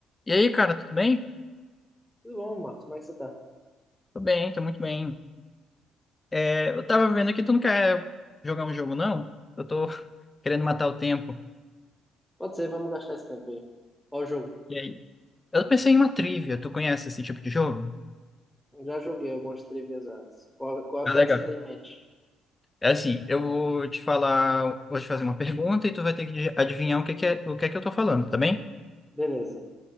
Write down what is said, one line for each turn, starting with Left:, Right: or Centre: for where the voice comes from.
Left: E aí, cara, tudo bem?
Centre: Tudo bom, Marcos? Como é que você tá?
Left: Tô bem, tô muito bem. É, eu tava vendo aqui, tu não quer jogar um jogo, não? Eu tô <laughs> querendo matar o tempo.
Centre: Pode ser, vamos gastar esse tempo aí. Qual o jogo?
Left: E aí? Eu pensei em uma trivia. Tu conhece esse tipo de jogo?
Centre: Já joguei algumas trivias antes. Qual, qual, o
Left: Ah,
Centre: que
Left: legal.
Centre: é que você tem em mente?
Left: É assim, eu vou te falar, vou te fazer uma pergunta e tu vai ter que adivinhar o que que é, o que é que eu tô falando, tá bem?
Centre: Beleza.